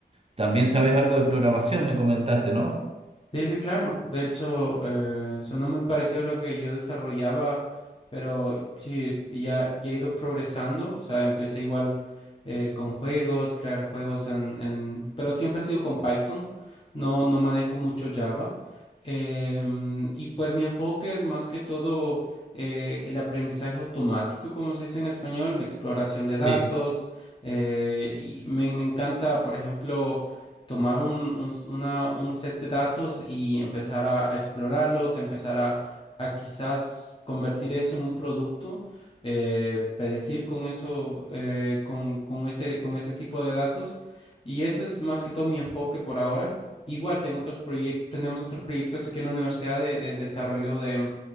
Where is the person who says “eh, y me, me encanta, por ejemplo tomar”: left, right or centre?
Left